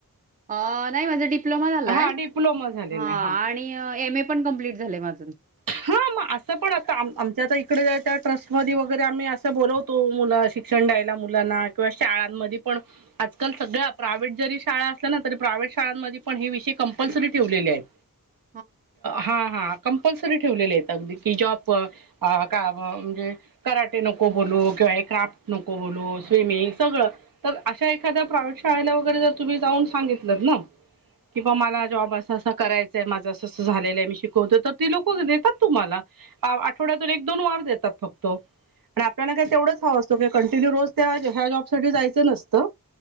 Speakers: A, on the right (about 25°); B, on the right (about 75°).
A: अ नाही माझा डिप्लोमा झालाय
B: हा डिप्लोमा झालेला
A: ह आणि
B: आहे हा
A: एम ए पण कंप्लीट झा माजून
B: हा मग असं पण आता आमच्या आता इकडे त्या ट्रस्ट म वगैरे आम्ही असं बोलवतो मुलं शिक्षण द्यायला मुलांना किंवा शाळांमध्ये पण आजकाल सगळ्या प्राय्हेट जरी शाळा असल्या ना तरी प्रय्हेट शाळांमध्ये पण हे विषय कंपल्सरी ठेवलेले आहेत
A: <inaudible>
B: हा हा कंपल्सरी ठेवलेले आहेत अगदी कि जॉब अ का म्हणजे कराटे नको बोलू किंवा हे क्राफ्ट नको बोलू स्विमिंग सगळं तर अशा एखाद्या प्रावेशाळेला वगैरे जर तुम्ही जाऊन सांगितलं ना किंवा मला जॉब असं असं करायचंय माझं असं असं झालेलं आहे मी शिकवतो तर ते लोक देतात तुम्हाला आठवड्यातून एक दोन वार देतात फक्त पण आपल्याला काय तेवढंच हवं असतं की कंटिन्यू रोज त्या ह्या जॉब साठी जायचं नसतं